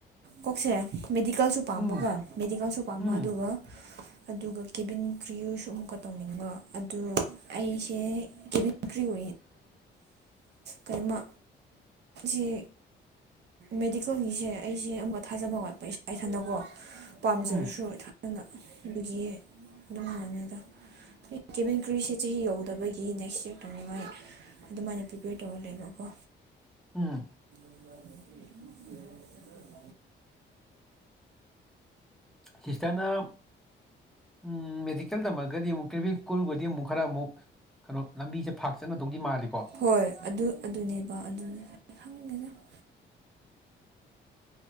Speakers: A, on the right; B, in the centre.
A: ꯀꯣꯛꯁꯦ ꯃꯦꯗꯤꯀꯦꯜꯁꯨ ꯄꯥꯝꯕꯒꯣ
B: ꯎꯝ
A: ꯃꯦꯗꯤꯀꯦꯜꯁꯨ ꯄꯥꯝꯕ
B: ꯎꯝ
A: ꯑꯗꯨꯒ ꯑꯗꯨꯒ ꯀꯦꯕꯤꯟ ꯀ꯭ꯔꯤꯌꯨꯁꯨ ꯑꯃꯨꯛꯀ ꯇꯧꯅꯤꯡꯕ ꯑꯗꯨ ꯑꯩꯁꯦ ꯀꯦꯕꯤꯟ ꯀ꯭ꯔꯤꯌꯨ
B: <inaudible>
A: ꯀꯩꯃ ꯖꯦ ꯃꯦꯗꯤꯀꯦꯜꯒꯤꯁꯦ ꯑꯩꯁꯦ ꯑꯃꯨꯛꯀ ꯊꯥꯖꯕ ꯋꯥꯠꯄ ꯏꯁꯥ ꯏꯊꯟꯗꯀꯣ ꯄꯥꯝꯖꯔꯁꯨ
B: ꯎꯝ
A: ꯑꯗꯨꯅ ꯑꯗꯨꯒꯤ ꯑꯗꯨꯃꯥꯅꯦꯗ꯫ ꯀꯦꯕꯤꯟ ꯀ꯭ꯔꯤꯌꯨꯁꯦ ꯆꯍꯤ ꯌꯧꯗꯕꯒꯤ ꯅꯦꯛꯁ ꯌꯥꯔ ꯇꯧꯅꯤꯡꯉꯥꯏ ꯑꯗꯨꯃꯥꯏꯅ ꯄ꯭ꯔꯤꯄꯦꯌꯔ ꯇꯧꯔ ꯂꯩꯕꯀꯣ꯫
B: ꯑꯥ
A: <inaudible>
B: ꯁꯤꯁꯇꯔꯅ ꯎꯝ ꯃꯦꯗꯤꯀꯦꯜ ꯇꯝꯃꯒꯗꯤ ꯑꯃꯨꯛ ꯀꯦꯕꯤꯟ ꯀ꯭ꯔꯨꯒꯗꯤ ꯑꯃꯨꯛ ꯈꯔ ꯑꯃꯨꯛ ꯀꯩꯅꯣ ꯂꯝꯕꯤꯁꯦ ꯐꯥꯛ ꯆꯠꯅꯗꯧꯗꯤ ꯃꯥꯜꯂꯤ꯫
A: ꯍꯣꯏ ꯑꯗꯨ ꯑꯗꯨꯅꯦꯕ ꯑꯗꯨꯅꯦ꯫ ꯈꯪꯗꯦꯗ